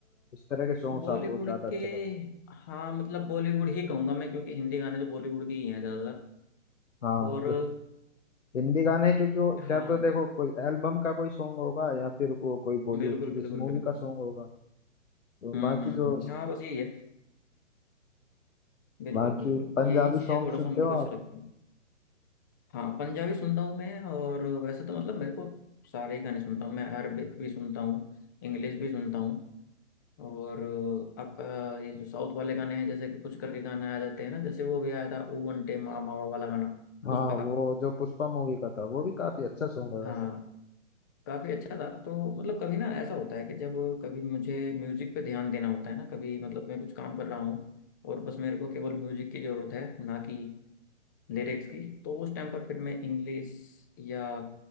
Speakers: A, on the left (about 75°); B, on the left (about 15°).
A: इस तरह के सॉन्ग्स
B: बॉलीवुड
A: आपको ज्यादा अच्छे
B: के
A: लगते
B: हाँ मतलब बॉलीवुड ही कहूंगा मैं क्योंकि हिंदी गाने तो बॉलीवुड के ही हैं ज्यादातर
A: हैं हाँ
B: और
A: जो हिंदी गाने हैं क्योंकि वो क्या
B: हाँ
A: तो देखो कोई एल्बम का कोई सॉन्ग होगा या फिर वो कोई बॉलीवुड
B: बिल्कुल
A: की किसी
B: बिल्कुल
A: मूवी
B: बिल्कुल
A: का सॉन्ग होगा तो
B: हम्म
A: बाकी
B: हम्म
A: जो
B: हम्म, हाँ बस यही है बिल्कुल
A: बाकी
B: बिल्कुल
A: पंजाबी
B: यही चीजें
A: सॉन्ग
B: थोड़ा
A: सुनते
B: सा मेरे
A: हो
B: को अच्छा
A: आप
B: लगती है हाँ पंजाबी सुनता हूँ मैं और वैसे तो मतलब मेरे को सारे ही गाने सुनता हूँ मैं अरबिक भी सुनता हूँ इंग्लिश भी सुनता हूँ और आपका ये जो साउथ वाले गाने हैं जैसे कि कुछ करके गाने आ जाते हैं ना जैसे वो भी आया था ओ वंटे मामा वाला गाना
A: हाँ
B: पुष्पा का
A: वो जो पुष्पा मूवी का था वो भी काफी अच्छा सॉन्ग है वैसे
B: हाँ काफी अच्छा था तो मतलब कभी ना ऐसा होता है कि जब कभी मुझे म्यूजिक पे ध्यान देना होता है ना कभी मतलब मैं कुछ काम कर रहा हूँ और बस मेरे को केवल म्यूजिक की जरूरत है ना कि लिरिक्स की तो उस टाइम पर फिर मैं इंग्लिश या